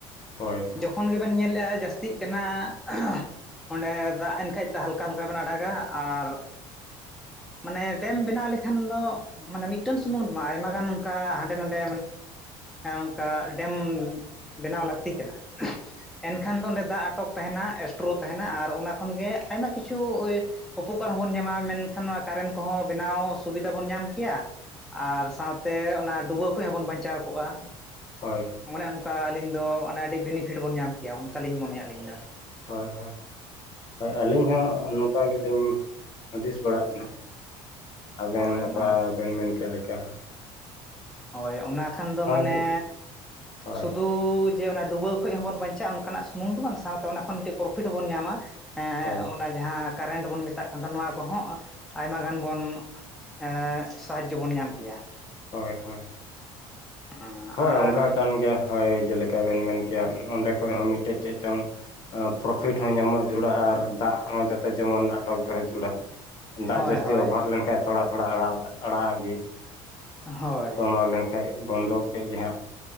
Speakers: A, on the left; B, in the centre.
A: ᱦᱳᱭ ᱾
B: ᱡᱚᱠᱷᱚᱱ ᱜᱮᱵᱮᱱ ᱧᱮᱞᱫᱼᱟ ᱡᱟᱹᱥᱛᱤᱜ ᱠᱟᱱᱟ <unintelligible> ᱚᱸᱰᱮ ᱫᱟᱜ ᱮᱱ ᱠᱷᱟᱡ ᱫᱚ ᱦᱟᱞᱠᱟ ᱦᱟᱞᱠᱟ ᱵᱮᱱ ᱟᱲᱟᱜᱟ ᱟᱨ ᱢᱟᱱᱮ ᱰᱮᱢ ᱵᱮᱱᱟᱣ ᱞᱮᱠᱷᱟᱱ ᱫᱚ ᱢᱟᱱᱮ ᱢᱤᱫᱴᱮᱱ ᱥᱩᱢᱩᱝ ᱫᱚ ᱵᱟᱝ ᱟᱭᱢᱟ ᱜᱟᱱ ᱚᱱᱠᱟ ᱦᱟᱸᱰᱮ ᱱᱟᱰᱮ ᱚᱱᱠᱟ ᱰᱮᱢ ᱵᱮᱱᱟᱣ ᱞᱟᱹᱠᱛᱤ ᱠᱟᱱᱟ ᱾ ᱮᱱᱠᱷᱟᱱ ᱫᱚ ᱚᱸᱰᱮ ᱫᱟᱜ ᱟᱴᱚᱠ ᱛᱟᱦᱮᱱᱟ ᱮᱥᱴᱨᱳ ᱛᱟᱦᱮᱱᱟ ᱟᱨ ᱚᱱᱟ ᱠᱷᱚᱱᱜᱮ ᱟᱭᱢᱟ ᱠᱤᱪᱷᱩ ᱳᱭ ᱩᱯᱚᱠᱟᱨ ᱦᱚᱸᱵᱚᱱ ᱧᱟᱢᱟ ᱢᱮᱱᱠᱷᱟᱱ ᱱᱚᱣᱟ ᱠᱟᱨᱮᱱ ᱠᱚᱦᱚᱸ ᱵᱮᱱᱟᱣ ᱥᱩᱵᱤᱫᱷᱟ ᱵᱚᱱ ᱧᱟᱢ ᱠᱮᱭᱟ ᱾ ᱟᱨ ᱥᱟᱶᱛᱮ ᱚᱱᱟ ᱰᱩᱵᱟᱹ ᱠᱷᱚᱡ ᱦᱚᱸᱵᱚᱱ ᱵᱟᱧᱪᱟᱣ ᱠᱚᱜᱼᱟ ᱾
A: ᱦᱳᱭ ᱾
B: ᱚᱱᱮ ᱚᱱᱠᱟ ᱟᱹᱞᱤᱧ ᱫᱚ ᱚᱱᱮ ᱟᱹᱰᱤ ᱵᱮᱱᱤᱯᱷᱤᱴ ᱵᱚᱱ ᱧᱟᱢ ᱠᱮᱭᱟ ᱚᱱᱠᱟ ᱞᱤᱧ ᱢᱚᱱᱮᱭᱟ ᱟᱹᱞᱤᱧ ᱫᱚ ᱾
A: ᱦᱳᱭ ᱦᱳᱭ ᱾ ᱦᱳᱭ ᱟᱹᱞᱤᱧ ᱦᱚᱸ ᱱᱚᱝᱠᱟ ᱜᱮ ᱞᱤᱧ ᱦᱩᱫᱤᱥ ᱵᱟᱲᱟᱜ ᱠᱟᱱᱟ ᱾ ᱟᱵᱮᱱ
B: ᱦᱳᱭ
A: ᱚᱠᱟ
B: ᱢᱟᱱᱮ
A: ᱵᱮᱱ ᱢᱮᱱ ᱠᱮᱫ ᱞᱮᱠᱟ ᱦᱟᱸᱜ ᱾
B: ᱦᱳᱭ ᱚᱱᱟ ᱠᱷᱟᱱ ᱫᱚ ᱢᱟᱱᱮ
A: ᱜᱮ ᱦᱳᱭ
B: ᱥᱩᱫᱩ ᱡᱮ ᱚᱱᱟ ᱰᱩᱵᱟᱹᱣ ᱠᱷᱚᱱ ᱦᱚᱸᱵᱚᱱ ᱵᱟᱧᱪᱟᱜᱼᱟ ᱚᱱᱠᱟᱱᱟᱜ ᱥᱩᱢᱩᱝ ᱫᱚ ᱵᱟᱝ ᱥᱟᱶᱛᱮ ᱚᱱᱟ ᱠᱷᱚᱱ ᱢᱤᱫᱴᱤᱡ ᱯᱨᱚᱯᱷᱤᱴ ᱵᱚᱵᱚᱱ ᱧᱟᱢᱟ, ᱮᱸ
A: ᱦᱳᱭ
B: ᱡᱟᱦᱟᱸ ᱠᱟᱨᱮᱱᱴ ᱵᱚᱱ ᱢᱮᱛᱟᱜ ᱠᱟᱱ ᱫᱚ ᱱᱚᱣᱟ ᱠᱚᱦᱚᱸ ᱟᱭᱢᱟ ᱜᱟᱱ ᱵᱚᱱ ᱮᱸᱜ ᱥᱟᱦᱟᱡᱡᱚ ᱵᱚᱱ ᱧᱟᱢ ᱠᱮᱭᱟ ᱾
A: ᱦᱳᱭ ᱦᱳᱭ ᱾
B: ᱟᱨ
A: ᱦᱳᱭ ᱚᱱᱠᱟ ᱠᱟᱱ ᱜᱮ ᱦᱳᱭ ᱡᱮᱞᱮᱠᱟ ᱵᱤᱱ ᱢᱮᱱ ᱠᱮᱭᱟ ᱚᱸᱰᱮ ᱠᱷᱚᱡ ᱦᱚᱸ ᱢᱤᱫᱴᱮᱡ ᱪᱮᱫ ᱪᱚᱝ ᱯᱨᱚᱯᱷᱤᱴ ᱦᱚᱸ ᱧᱟᱢᱚᱜ ᱡᱩᱲᱟᱜᱼᱟ, ᱟᱨ ᱫᱟᱜ ᱦᱚᱸ ᱡᱟᱛᱮ ᱡᱮᱢᱚᱱ ᱟᱴᱚᱠ ᱛᱟᱦᱮ ᱡᱟᱨᱩᱲᱟ ᱫᱟᱜ
B: ᱦᱳᱭ
A: ᱡᱟᱹᱥᱛᱤ
B: ᱦᱳᱭ
A: ᱚᱵᱷᱟᱨ ᱞᱮᱱᱠᱷᱟᱡ ᱛᱷᱚᱲᱟ ᱛᱷᱚᱲᱟ ᱟᱲᱟᱜ ᱟᱲᱟᱜ ᱟᱜ ᱜᱮ ᱾
B: ᱦᱳᱭ
A: ᱠᱚᱢᱟᱣ ᱞᱮᱱᱠᱷᱟᱡ ᱵᱚᱱᱫᱚᱜ ᱠᱮᱫ ᱜᱮ ᱦᱟᱸᱜ